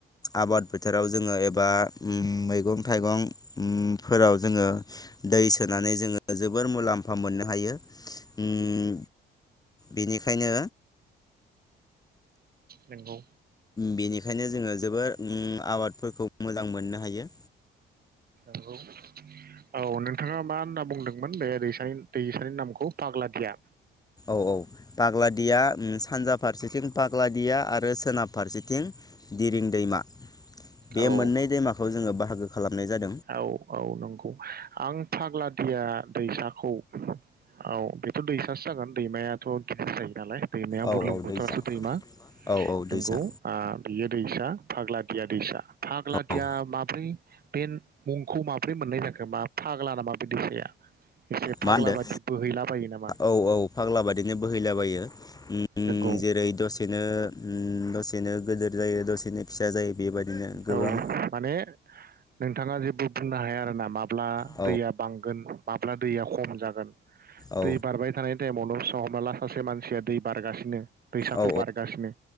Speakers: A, on the left (about 20°); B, on the right (about 50°).
A: आबाद फोथाराव जोङो एबा ओम मैगं थाइगं उम फोराव जोङो दै सोनानै जोङो जोबोर मुलाम्फा मोननो हायो उम बेनिखायनो
B: नोंगौ।
A: बिनि खायनो जोङो जोबोर उम आबादफोरखौ मोजां मोननो हायो।
B: नंगौ औ नोंथाङा मा होनना बुंदोंमोन बे दैसानि दैसानि नामखौ पाग्लादिया।
A: औ औ फाग्लादिया सानजा फारसेथिं पाग्लादिया आरो सोनाब फारसेथिं दिरिं दैमा बे
B: औ
A: मोननै दैमाखौ जोङो बाहागो खालामनाय जादों।
B: औ औ नंगौ आं फाग्लादिया दैसाखौ औ बेथ' दैसासो जागोन दैमायाथ' गिदिर जायो नालाय। दैमाया
A: औ
B: बुरलुं
A: औ
B: बोथोरासो
A: दैसा
B: दैमा
A: औ औ
B: नंगौ
A: दैसा
B: बियो दैसा। फाग्लादिया दैसा फाग्लाथिया
A: औ
B: माब्रै बे मुंखौ माब्रै मोननाय जाखो मा फाग्ला नामा बे दैसाया। एसे फाग्ला
A: मा होनदों
B: बादि बोहैलाबायो नामा
A: औ औ फाग्ला बादिनो बोहैलाबायो ओम ओम
B: नंगौ
A: जेरै दसेनो दसेनो गोदोर जायो दसेनो फिसा जायो। बेबायदिनो गोबां
B: औ माने नोंथाङा जे बुंनो हाया आरोना माब्ला
A: औ
B: दैया बांगोन माब्ला दैया खम जागोन
A: औ
B: दै बारबाय थानाय टाइमावनो स हमना ला सासे मानसिया दै बारगासिनो दैसाग्खौ
A: औ
B: बारगासिनो